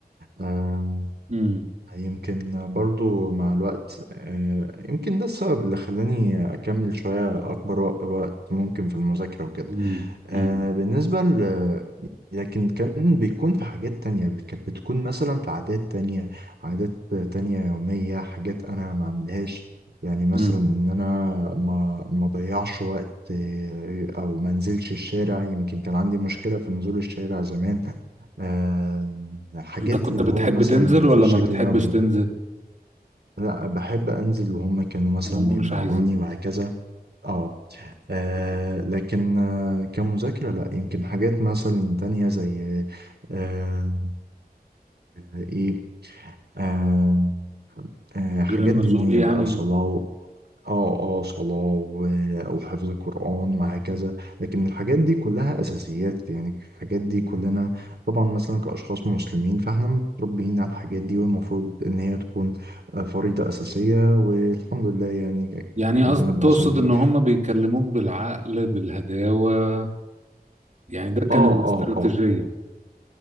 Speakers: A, on the right; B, on the right.
A: آم،
B: امم
A: يمكن برضو مع الوقت آه، يمكن ده السبب اللي خلاني اكمل شويه اكبر وق- وقت ممكن في المذاكره وكده
B: امم
A: آه
B: امم
A: بالنسبة ل لكن كان بيكون في حاجات تانية كانت بتكون مثلا في عادات تانية عادات تانية يومية حاجات أنا ما عملهاش يعني مثلا
B: امم
A: إن أنا ما ما ضيعش وقت آه، أو ما انزلش الشارع يمكن كان عندي مشكلة في نزول الشارع زمان آه، حاجات
B: أنت كنت
A: اللي
B: بتحب
A: هو مثلا
B: تنزل ولا
A: في الشكل
B: ما بتحبش
A: اليومي
B: تنزل
A: لا بحب أنزل وهم كانوا مثلا
B: وهم
A: بيمنعوني
B: مش عايزين
A: وهكذا اه آه، لكن آه، كمذاكرة لا يمكن حاجات مثلا تانية زي آه، آه، ايه آه، آه، حاجات
B: غير النزول
A: دينية
B: يعني
A: بقى صلاة و- اه اه صلاة و- وحفظ القرآن وهكذا لكن الحاجات دي كلها أساسيات يعني الحاجات دي كلنا طبعا مثلا كأشخاص مسلمين فاحنا متربيين على الحاجات دي والمفروض إن هي تكون آه، فريضة أساسية والحمد لله يعني
B: يعني
A: كلنا
B: قصد
A: بنصلي
B: تقصد ان هم بيكلموك بالعقل بالهداوة يعني ده كان
A: اه
B: الاستراتيجية
A: اه اه